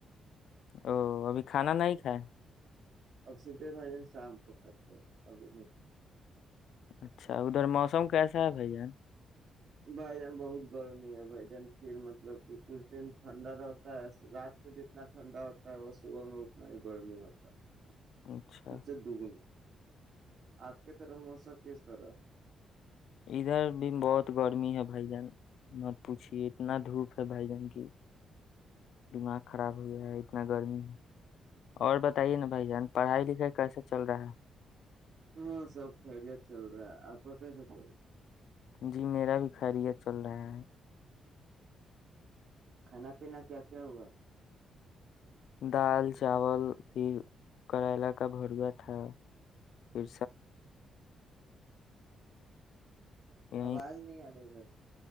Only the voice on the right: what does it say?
اب سیدھے بھائی جان شام کو کھاتے ابھی نہیں
بھائی جان بہت گرمی ہے بھائی جان پھر مطلب کہ کچھ دن ٹھنڈا رہتا ہے رات کو جتنا ٹھنڈا ہوتا ہے وہ صبح میں اتنا ہی گرمی ہوتا ہے
اس سے دوگنی آپ کی طرف موسم کیس طرح
ہاں سب خیریت چل رہا ہے آپ کا کیسا چل رہا
کھانا پینا کیا کیا ہوا
آواز نہیں آ رہی بھائی